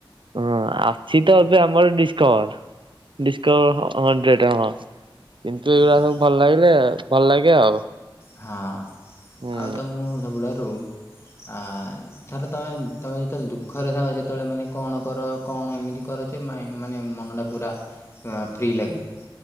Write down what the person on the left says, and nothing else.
ହଁ
ହଁ
ଆଉ ତ ମୁଁ ସବୁଠାରୁ ଆଁ ଥରେ ତମେ ତୁମେ ଯେତେବେଳେ ଦୁଃଖରେ ଥାଅ ସେତେବେଳେ ମାନେ କଣ କର କଣ ଏମିତି କରଜେ ମାଇଁ ମାନେ ମନ ଟା ପୁରା ଅଁ ଫ୍ରି ଲାଗେ?